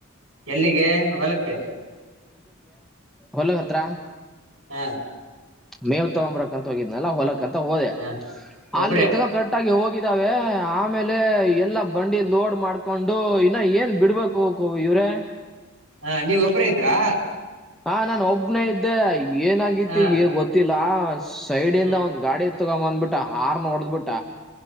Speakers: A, on the right; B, in the centre.
A: ಎಲ್ಲಿಗೆ ಹೊಲಕ್ಕೆ
B: ಹೊಲಗ ಹತ್ರ
A: ಹಾ
B: ಮೇವ್ ತಗೊಂಬರಕಂತ ಹೋಗಿದ್ನಲ್ಲ ಹೊಲಕಂತ ಹೋದೆ
A: ಹಾ
B: ಅಲ್ಲಿ
A: ಒಬ್ರೇ
B: ಕರೆಕ್ಟ್ ಆಗ ಹೋಗ ಇದಾವೆ ಆಮೇಲೆ ಎಲ್ಲ ಬಂಡಿ ಲೋಡ್ ಮಾಡ್ಕೊಂಡು ಇನ್ನ ಏನ್ ಬಿಡ್ಬೇಕು ಹೋಗ ಇವ ಹ್ರ
A: ಹಾ ನೀವ್ ಒಬ್ಬರ ಇದ್ರಾ
B: ಹಾ ನಾನ ಒಬ್ನೇ ಇದ್ದೆ ಏನಾಗಿತಿ
A: ಹ
B: ಈ ಗೊತ್ತಿಲ್ಲ ಸೈಡಿಂದ
A: ಹ
B: ಒಂದ್ ಗಾಡಿ ತಗೊ ಬಂದ್ಬಿಟ್ಟ ಆರ್ನ ಹೊಡ್ದ್ ಬಿಟ್ಟ